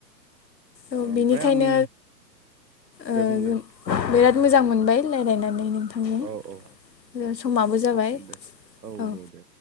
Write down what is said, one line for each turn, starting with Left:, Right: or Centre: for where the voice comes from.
Left: औ
Right: ओमफ्राय
Left: बेनिखायनो
Right: आंनि
Left: ओ
Right: दे बुंलाय
Left: बिराद मोजां मोनबाय रायलायनानै नों नोंथांजों
Right: औ औ
Left: समाबो जाबाय
Right: दे
Left: औ
Right: दे दे